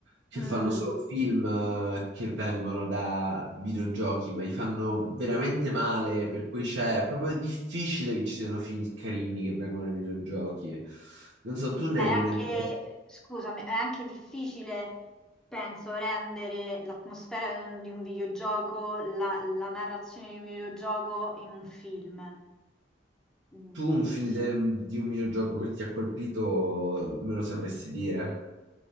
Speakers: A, on the right; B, in the centre.
A: che
B: Mm.
A: fanno solo film eh, che vengono da videogiochi, ma li fanno veramente male, per cui c'è, è proprio difficile che ci siano film carini che vengono dai videogiochi. Non so, tu ne
B: È
A: hai in mente,
B: anche, scusami, è anche difficile, penso, rendere l'atmosfera di un di un videogioco, la, la narrazione di un videogioco in un film. Mm,
A: tu un film de- di un videogioco che ti ha colpito, me lo sapresti dire?